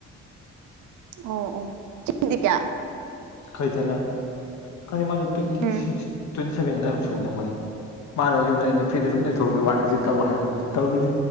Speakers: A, on the right; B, on the left.
A: ꯑꯣ ꯑꯣ ꯆꯍꯤꯗꯤ ꯀꯌꯥ꯫
B: ꯈꯩ ꯀꯩꯅꯣ ꯈꯪꯗꯦ ꯃꯁꯤ ꯇ꯭ꯋꯦꯟꯇꯤ
A: ꯎꯝ
B: ꯁꯤꯛꯁ꯫ ꯇ꯭ꯋꯦꯟꯇꯤ ꯁꯕꯦꯟꯗ ꯑꯗꯥꯏ ꯕꯥꯎ ꯁꯨꯔꯝꯗꯧ ꯃꯥꯜꯂꯦ ꯃꯥꯅ ꯌꯨꯝꯗ ꯑꯩꯅ ꯐ꯭ꯔꯤꯗ ꯁꯨꯝ ꯂꯩꯊꯣꯛꯈꯤꯕꯗꯣ ꯃꯥꯅ ꯁꯤ ꯇꯧ ꯍꯥꯏꯔꯝꯕꯗꯨꯗꯤ ꯇꯧꯔꯤꯅꯤ꯫